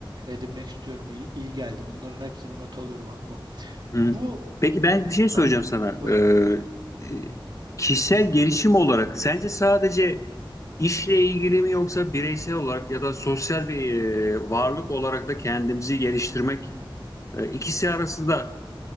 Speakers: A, on the right (about 55°); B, on the left (about 35°).
A: edinmek istiyorum. İyi, iyi geldi. Bunların hepsini not alıyorum aklıma.
B: Hı.
A: Bu
B: Peki ben bir şey soracağım
A: Heh,
B: sana.
A: buyur
B: Ee,
A: abi.
B: e, kişisel gelişim olarak sence sadece işle ilgili mi yoksa bireysel olarak ya da sosyal bir e, varlık olarak da kendimizi geliştirmek E, İkisi arasında